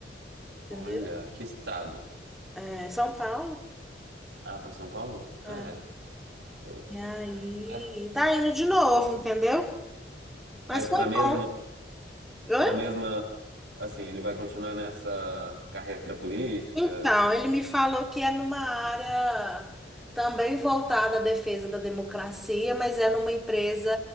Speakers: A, on the right; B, in the centre.
A: Olha,
B: Entendeu?
A: que estado.
B: É, São Paulo.
A: Ah, pra São Paulo?
B: É.
A: É. eu-
B: E aí,
A: é.
B: tá indo de novo, entendeu? Mas
A: Mas
B: foi
A: pra mesma,
B: bom. Oi?
A: pra mesma, assim, ele vai continuar nessa carreira política?
B: Então, ele me falou que é numa área também voltada à defesa da democracia, mas é numa empresa